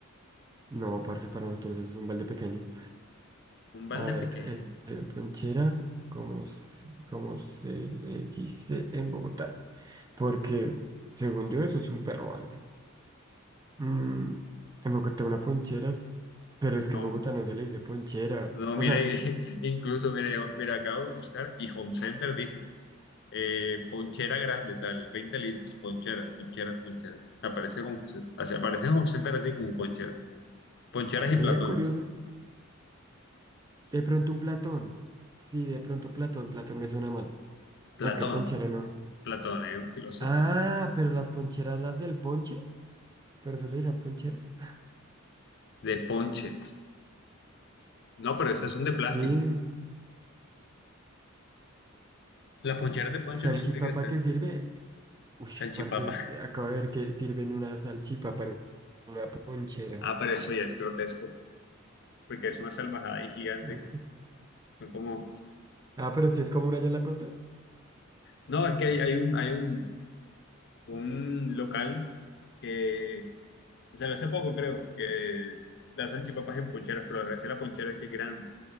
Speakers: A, on the right; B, on the left.
A: no, parce, para nosotros eso es un balde pequeño.
B: Un balde
A: A ver,
B: pequeño.
A: eh, eh, ponchera, como, se- como se le dice en Bogotá. Porque, según yo, eso es un perro balde. Mm, en Bogotá una ponchera, es- pero es
B: No,
A: que en Bogotá no se le dice ponchera.
B: No,
A: O
B: mira,
A: sea,
B: y- <laughs> incluso mira, yo- mira, acabo de buscar y Home Center dice, eh, ponchera grande, tal, 20 litros, poncheras, poncheras, poncheras. Aparece Home Center, o sea, aparece en Home Center así como poncheras. Poncheras
A: ve
B: y platones.
A: curioso. De pronto un platón. Sí, de pronto platón, platón me suena más.
B: Platón,
A: Es que ponchera no.
B: Platón, es un filósofo
A: Ah, pero las poncheras, las del ponche, pero eso le dirán poncheras. <laughs>
B: de ponche. No, pero esas son de plástico.
A: Sí.
B: Las poncheras de ponche
A: Salchipapa
B: no son de cristal.
A: que sirve. Uy,
B: Salchipapa.
A: parece, acabo de ver que sirven una salchipapa en una ponchera.
B: Ah, pero eso ya es grotesco, porque es una salvajada y gigante
A: Ujú.
B: que son como...
A: Ah, pero si es común allá en la costa.
B: No, es que hay, hay un, hay un, un local que sea, hace poco creo que da salchipapas en poncheras, pero a veces la ponchera es que es grande.